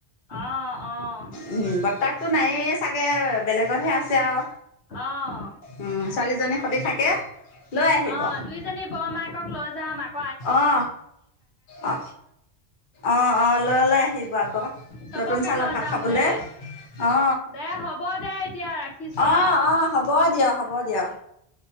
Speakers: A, on the left; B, on the left.
A: অঁ অঁ
B: উম বতাক। টো নাইয়ে চাগে। বেলেগতহে আছে আও
A: অঁ
B: উম ছোৱালীজনী। শুদি থাকে। লৈ আহিব।
A: অ দুইজনী বৰ মাকক লৈ যাম আ।
B: অ অ অ অ। ললৈ আহিব আকৌ
A: চবকে
B: নতুন চাউলৰ
A: লৈ
B: ভাত
A: যাম
B: খাবলৈ
A: দে
B: অ
A: দে হ'ব দে এতিয়া ৰাখিছোঁ
B: অ
A: আৰু
B: অ হ'ব দিয় হ'ব দিয়।